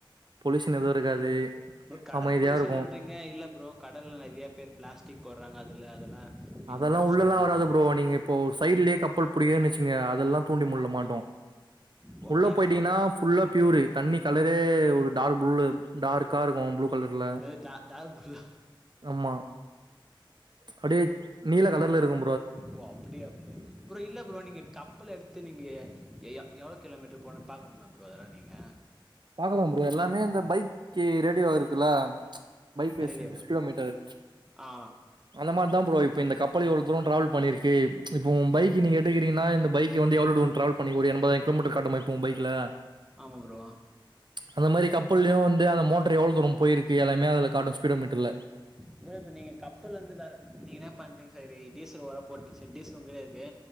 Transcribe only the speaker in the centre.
அப்ற கடல்
போலிசன்றீங்க
இல்ல ப்ரோ கடல்ல நெறைய பேர் ப்ளாஸ்டிக் போடுறாங்க அதுல அதெல்லா மீன்
மாட்ட
சொல்றாங்க
ஓ
அப்டியா
இந்த டா டாக் ப்ரோ
ஒ அப்டியா ப்ரோ ப்ரோ இல்ல ப்ரோ நீங்க கப்பல எடுத் து நீங்க எ எவ்ளோ கிலோமீட்டர் போனுன் பாக்க முடியுமா ப்ரோ அதெல்லா நீங்க
ரேடியோவா
ஆ
ஆமா ப்ரோ
ப்ரோ இப்ப நீங்க கப்பல் வந்து வேற நீங்க என்ன பண்றீங்க சரி டீசல் வேற போட்டு சரி டீசல் உங்கிட்டயே இருக்கு